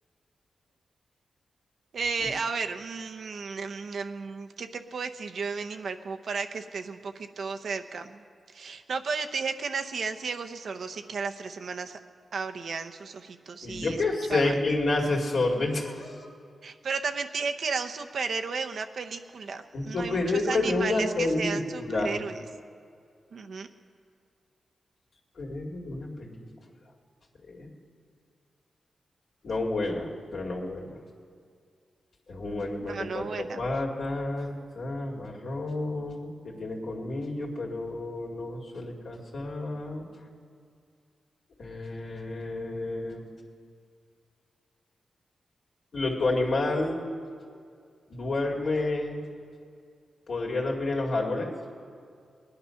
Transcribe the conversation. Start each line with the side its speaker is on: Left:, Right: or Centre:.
Right: Eh,
Left: Tú sí-
Right: a ver, mm, mm, mm, ¿qué te puedo decir yo de mi animal como para que estés un poquito cerca? No, pero yo te dije que nacían ciegos y sordos y que a las tres semanas abrían sus ojitos
Left: Y
Right: y
Left: yo
Right: escuchaban.
Left: qué sé quién nace sordo. <laughs>
Right: Pero también te dije que era un superhéroe de una película.
Left: Un
Right: No
Left: superhéroe
Right: hay muchos animales
Left: de una película.
Right: que sean superhéroes. Ujú.
Left: Superhéroe de una película. A ver. No vuela, pero no vuela. Es un
Right: Mm,
Left: animal
Right: No,
Left: de
Right: no
Left: cuatro
Right: vuela.
Left: patas, ah, marrón, que tiene colmillos, pero no suele cazar. Eh, lo- ¿tu animal duerme, podría dormir en los árboles?